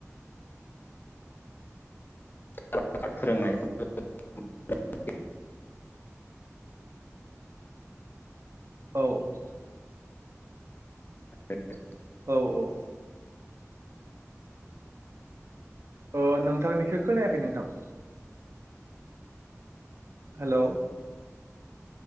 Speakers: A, on the left; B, on the right.
A: <unintelligible> फोरोंनाय <unintelligible>
B: औ औ।
A: <unintelligible>
B: औ औ। अ नोंथांनिखौ खोनायाखै नोंथां। हेल'।